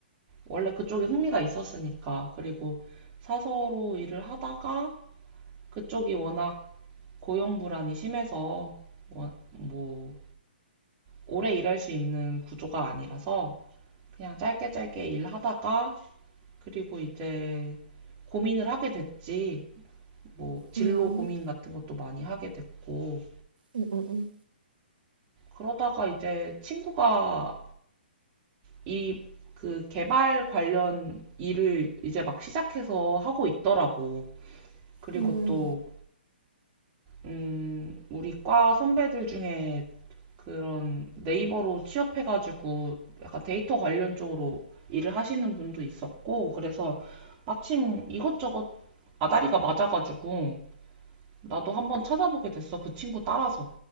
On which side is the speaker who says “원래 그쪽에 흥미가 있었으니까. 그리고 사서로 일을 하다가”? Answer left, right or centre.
Right